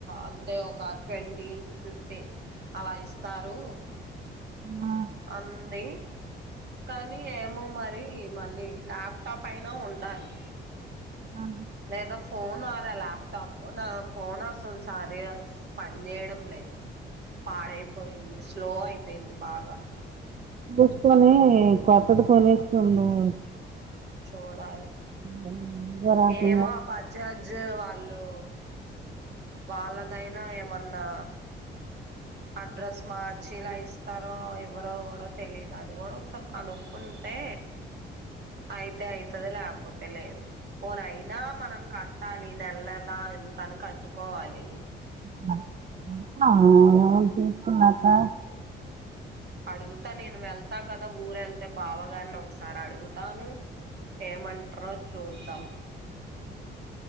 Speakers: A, on the right; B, on the right.
A: అంతె ఒ ఒక ట్వంటీ ఫిఫ్టీన్ అలా ఇస్తారు
B: ఆ
A: అంది కానీ ఏమో మరి మళ్ళీ ల్యాప్టాప్ అయినా ఉండాలి
B: ఆ
A: లేదా ఫోన్ ఆరా ల్యాప్టాప్ నా ఫోన్ అసలు సరగా పని చేయడం లేదు పాడైపోయింది స్లో అయిపోయింది బాగా
B: దూసుకొని కొత్తది కొనేసుకునుండవచ్చు
A: చూడాలి
B: <inaudible> రకంగా
A: ఏమో ఆ బజాజ్ జ వాళ్ళు వాళ్ళదైనా మన్నా అడ్రస్ మా చిలాయిస్ తను ఎవరో కూడా తెలియదు అది కూడా ఒకసారి కనుక్కుంటే అయితే అయితది లప్ పోతే లేదు పోనయినా మనం కట్టాలి నెల నెలా ఎంతని కట్టుకోవాలి
B: <inaudible> <unintelligible>
A: అడుగుత నేను వెళ్తా కదా ఊరు ఎళ్తే బావగారిని ఒకసారి అడుగుతాను ఏమంటరో సూద్దాం